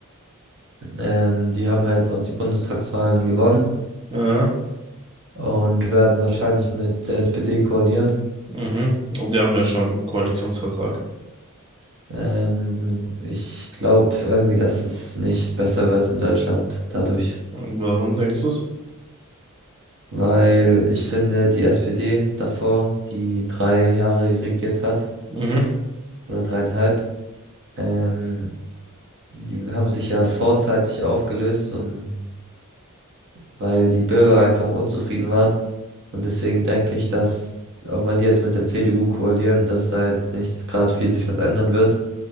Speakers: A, on the right; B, on the right.
A: Ähm, die haben ja jetzt auch die Bundestagswahlen gewonnen
B: Ja,
A: und werden wahrscheinlich mit der SPD koalieren.
B: mhm. Und die haben ja schon einen Koalitionsvertrag.
A: Ähm, ich glaube irgendwie, dass es nicht besser wird in Deutschland dadurch.
B: Warum denkst du's?
A: Weil ich finde, die SPD davor, die drei Jahre regiert hat,
B: Mhm.
A: oder dreieinhalb, ähm, die haben sich ja vorzeitig aufgelöst und weil die Bürger einfach unzufrieden waren. Und deswegen denke ich, dass, auch wenn die jetzt mit der CDU koalieren, dass da jetzt nicht gerade viel sich was ändern wird